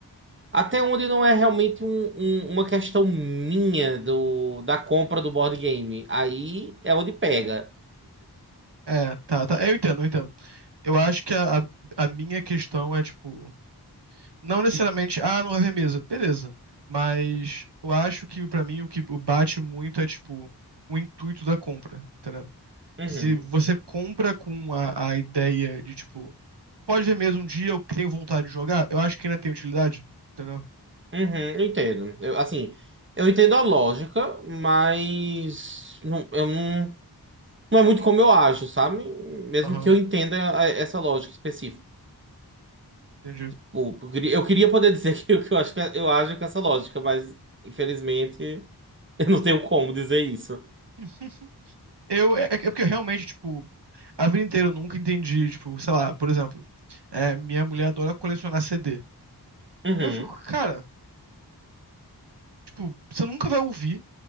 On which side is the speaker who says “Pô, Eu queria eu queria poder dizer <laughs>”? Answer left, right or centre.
Right